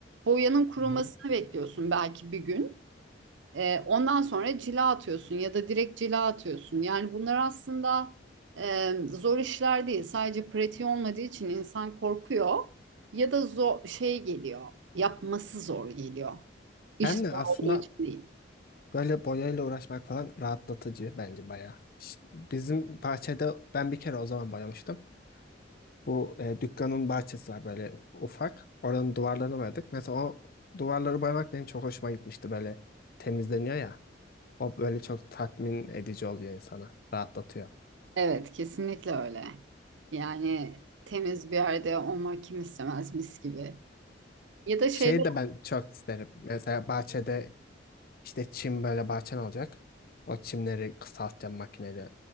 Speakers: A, on the right; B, on the left.
A: Boyanın kurumasını
B: hı hı.
A: bekliyorsun belki bir gün. E, ondan sonra cila atıyorsun ya da direkt cila atıyorsun. Yani bunlar aslında e, zor işler değil. Sadece pratiği olmadığı için insan korkuyor ya da zor şey geliyor. Yapması zor geliyor. İş
B: Hem
A: zor
B: de aslında
A: olduğu için değil.
B: böyle boyayla uğraşmak falan rahatlatıcı bence bayağı. Ş- Bizim bahçede ben bir kere o zaman boyamıştım. Bu e, dükkanın bahçesi var böyle ufak. Oranın duvarlarını boyadık. Mesela o duvarları boyamak benim çok hoşuma gitmişti böyle temizleniyor ya. O böyle çok tatmin edici oluyor insana. Rahatlatıyor.
A: Evet, kesinlikle öyle. Yani temiz bir yerde olmak kim istemez mis gibi. Ya da şeyler,
B: Şeyi de ben çok isterim. Mesela bahçede işte çim böyle bahçen olacak. O çimleri kısaltacağım makineyle.